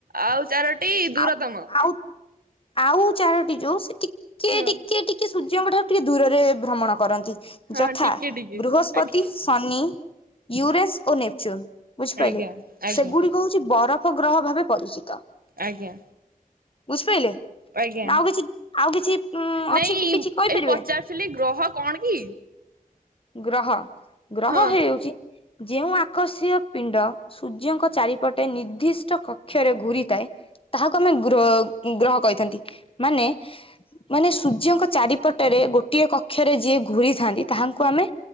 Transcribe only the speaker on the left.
ଆଉ ଆଉ ଆଉ ଚାରୋଟି ଯୋଉ ସେ ଟିକେ
ଟିକେ ଟିକେ ସୂର୍ଯ୍ୟଙ୍କ ଠାରୁ ଟିକେ ଦୂରରେ ଭ୍ରମଣ କରନ୍ତି।
ଯଥା
ବୃହସ୍ପତି,
ଶନି, ୟୁରେନସ୍ ଓ ନେପଚୁନ୍। ବୁଝିପାଇଲେ
ସେଗୁଡି କ ହଉଛି ବରଫ ଗ୍ରହ ଭାବେ ପରିଚିତ
ବୁଝିପାରିଲେ।
ନା ଆଉ କିଛି ଆଉ କିଛି ଉ ଅଛି
କି କିଛି କଇପାରିବେ।
ଗ୍ରହ ଗ୍ରହ
ହେଉଛି ଯେଉଁ ଆର୍କଷୀୟ ପିଣ୍ଡ ସୂର୍ଯ୍ୟଙ୍କ ଚାରିପଟେ ନିର୍ଦ୍ଦିଷ୍ଟ କକ୍ଷରେ ଘୁରିଥାଏ। ତାହାକୁ ଆମେ ଗ୍ର-ଗ୍ରହ କଇଥାନ୍ତି ମାନେ ମାନେ ସୂର୍ଯ୍ୟଙ୍କ ଚାରି ପଟରେ ଗୋଟିଏ କକ୍ଷରେ ଯିଏ ଘୁରିଥାନ୍ତି ତାହାଙ୍କୁ ଆମେ